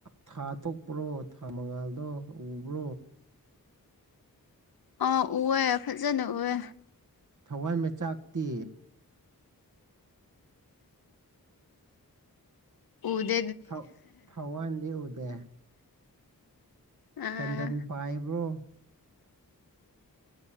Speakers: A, on the right (about 55°); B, on the left (about 75°).
A: ꯊꯥ ꯊꯣꯛꯄ꯭ꯔꯣ ꯊꯥ ꯃꯉꯥꯜꯗꯣ ꯎꯕ꯭ꯔꯣ
B: ꯑꯥ ꯎꯋꯦ ꯐꯖꯅ ꯎꯋꯦ
A: ꯊꯋꯥꯟꯃꯤꯆꯥꯛꯇꯤ
B: ꯎꯗꯦ꯫
A: ꯊ ꯊꯋꯥꯟꯗꯤ ꯎꯗꯦ
B: ꯑꯥ
A: ꯇꯟꯗꯟ ꯄꯥꯏꯕ꯭ꯔꯣ